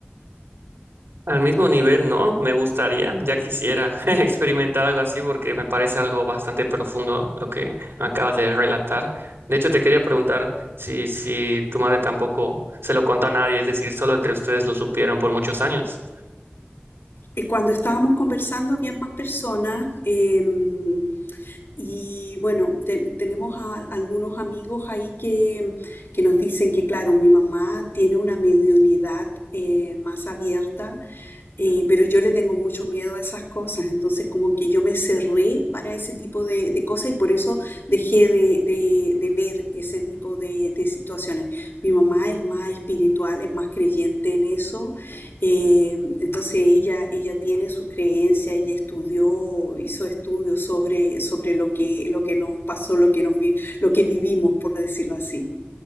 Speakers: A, on the right; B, on the left.
A: Al mismo nivel, ¿no? Me gustaría, ya quisiera <laughs> experimentar algo así porque me parece algo bastante profundo lo que me acabas de relatar. De hecho, te quería preguntar si, si tu madre tampoco se lo contó a nadie, es decir, solo entre ustedes lo supieron por muchos años.
B: Eh, Cuando estábamos conversando había más personas. em, Y bueno, te- tenemos a- algunos amigos ahí que, que nos dicen que, claro, mi mamá tiene una mediunidad eh, más abierta, eh, pero yo le tengo mucho miedo a esas cosas, entonces como que yo me cerré para ese tipo de, de cosas y por eso dejé de, de- de ver ese tipo de, de situaciones. Mi mamá es más espiritual, es más creyente en eso. eh, entonces ella, ella tiene sus creencias, ella estudió, hizo estudios sobre, sobre lo que, lo que nos pasó, lo que nos vi- lo que vivimos, por decirlo así.